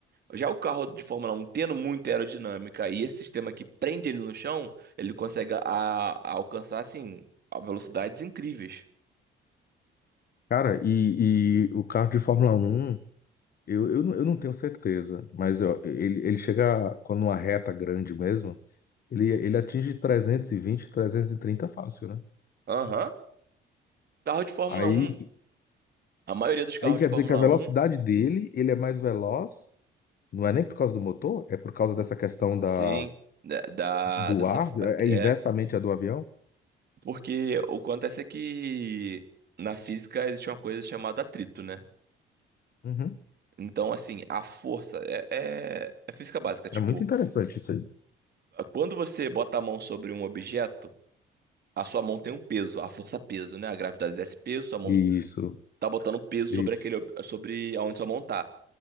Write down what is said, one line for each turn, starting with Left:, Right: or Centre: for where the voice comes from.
Right: Já o carro de Fórmula Um tendo muita aerodinâmica e esse sistema que prende ele no chão, ele consegue a- a alcançar assim a velocidades incríveis.
Left: Cara, e, e o carro de Fórmula um eu, eu, não- eu não tenho certeza, mas ó, ele, ele chega, quando uma reta grande mesmo, ele, ele atinge trezentos trezentos e vinte trezentos e trinta fácil, né?
Right: Aham. Carro de Fórmula
Left: Aí,
Right: Um? a maioria dos carros
Left: aí quer
Right: de Fórmula
Left: dizer que a velocidade
Right: Um,
Left: dele, ele é mais veloz, não é nem por causa do motor, é por causa dessa questão da
Right: sim, da, da-
Left: Do
Right: dessa
Left: ar? É
Right: é,
Left: é inversamente a do avião?
Right: porque o que acontece é que na física existe uma coisa chamada atrito, né?
Left: Uhum.
Right: Então, assim, a força é, é é física básica. Tipo,
Left: É muito interessante isso aí.
Right: quando você bota a mão sobre um objeto, a sua mão tem um peso, a força peso, né? A gravidade exerce peso, sua mão
Left: Isso,
Right: tá botando peso
Left: isso.
Right: sobre aquele, ob- sobre aonde sua mão tá.